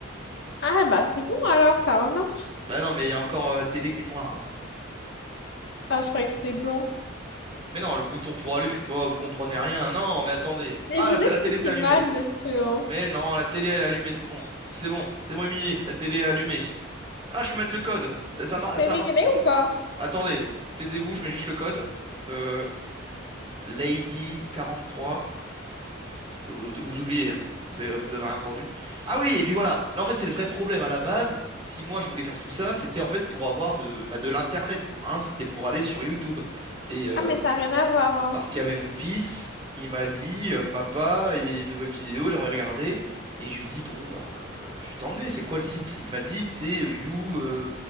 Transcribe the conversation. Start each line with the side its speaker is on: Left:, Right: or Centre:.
Left: Ah, bah c'est bon alors, ça remarche.
Right: Bah non, mais il y a encore euh, la télé qui est noire là.
Left: Ah, je croyais que c'était blond.
Right: Mais non, le bouton pour allumer. Oh, vous comprenez rien. Non, mais attendez.
Left: Mais
Right: Ah
Left: vous
Right: là, c'est
Left: expliquez
Right: la télé, c'est allumé.
Left: mal, monsieur. hein.
Right: Mais non, la télé elle est allumée, c'est bon. C'est bon, c'est bon Émilie, la télé est allumée. Ah, je peux mettre le code. Ça, ça m'a-
Left: C'est
Right: ça
Left: réglé
Right: m'a-
Left: ou pas?
Right: Attendez, taisez-vous, je mets juste le code. Euh, Lady 43. Vous, vous oubliez, hein. Vous avez, vous avez rien entendu. Ah oui, et puis voilà. Là, en fait, c'est le vrai problème à la base. Si moi je voulais faire tout ça, c'était en fait pour avoir de, bah, de l'internet, quoi. hein. C'était pour aller sur YouTube. Et euh,
Left: Ah, mais ça n'a rien à voir. hein.
Right: parce qu'il y avait mon fils. Il m'a dit, euh, papa, il y a une nouvelle vidéo, j'aimerais regarder. Et je lui dis, bon, bah, euh, je vais t'emmener, c'est quoi le site? Il m'a dit, c'est euh, You, euh,